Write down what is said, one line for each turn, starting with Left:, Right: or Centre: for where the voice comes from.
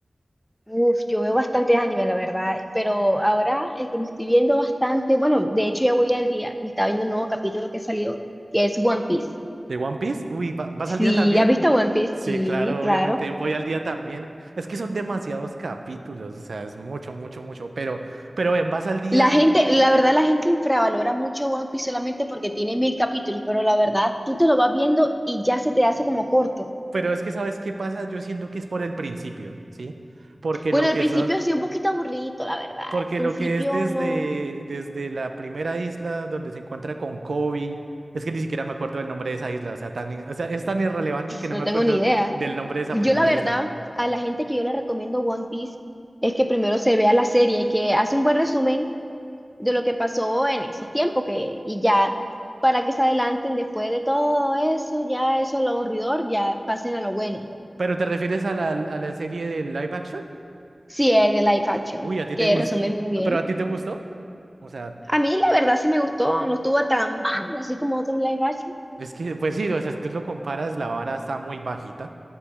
Centre: Uf, yo veo bastantes anime, la verdad, pero ahora el que me estoy viendo bastante, bueno, de hecho ya voy al día, me estaba viendo un nuevo capítulo que salió, que es One Piece.
Right: ¿De One Piece? Uy, ¿va- ¿vas
Centre: Sí,
Right: al día también?
Centre: ¿has visto One Piece?
Right: Sí,
Centre: Sí,
Right: claro,
Centre: claro.
Right: obviamente voy al día también. Es que son demasiados capítulos, o sea, es mucho, mucho, mucho. Pero, pero ¿en vas al día.
Centre: La gente,
Right: eh,
Centre: la verdad, la gente infravalora mucho One Piece solamente porque tiene mil capítulos, pero la verdad, tú te lo vas viendo y ya se te hace como corto.
Right: Pero es que, ¿sabes qué pasa? Yo siento que es por el principio, ¿sí? Porque
Centre: Bueno,
Right: lo
Centre: al
Right: que
Centre: principio
Right: son.
Centre: sí, un poquito aburrido, la verdad.
Right: Porque
Centre: Al principio
Right: lo que es desde,
Centre: no.
Right: desde la primera isla donde se encuentra con Kobe, es que ni siquiera me acuerdo del nombre de esa isla, o sea, tan, in- o sea, es tan irrelevante que no
Centre: No
Right: me acuerdo
Centre: tengo ni idea.
Right: del nombre de esa
Centre: Yo
Right: primera
Centre: la verdad,
Right: isla.
Centre: a la gente que yo le recomiendo One Piece es que primero se vea la serie, que hace un buen resumen de lo que pasó en esos tiempos que, y ya para que se adelanten después de todo eso, ya eso lo aburridor, ya pasen a lo bueno.
Right: ¿Pero te refieres a la, a la serie de live action?
Centre: sí es de live action,
Right: Uy, a ti
Centre: que
Right: te gustó,
Centre: resume muy bien.
Right: pero a ti te gustó, o sea,
Centre: A mí la verdad sí me gustó, no estuvo tan mal así como otros live action.
Right: es que, pues sí, o sea, si tú lo comparas, la vara está muy bajita,